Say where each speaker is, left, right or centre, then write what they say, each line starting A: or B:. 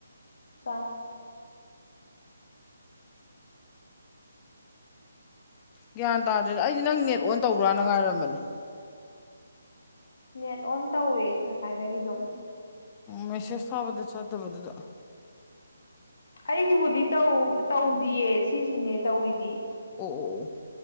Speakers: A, on the left; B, on the left.
A: ꯁ
B: ꯒ꯭ꯌꯥꯟ ꯇꯥꯗ꯭ꯔꯦꯗ ꯑꯩꯗꯤ ꯅꯪ ꯅꯦꯠ ꯑꯣꯟ ꯇꯧꯕ꯭ꯔꯥꯅ ꯉꯥꯏꯔꯝꯕꯅꯦ
A: ꯅꯦꯠ ꯑꯣꯟ ꯇꯧꯋꯦ ꯉꯁꯥꯏꯗꯒꯤ ꯑꯗꯨꯝ
B: ꯃꯦꯁꯦꯁ ꯊꯥꯕꯗ ꯆꯠꯇꯕꯗꯨꯗ
A: ꯑꯩꯒꯤꯕꯨꯗꯤ ꯇꯧꯗꯤꯌꯦ ꯁꯤꯁꯤꯅꯦ ꯇꯧꯔꯤꯗꯤ
B: ꯑꯣ ꯑꯣ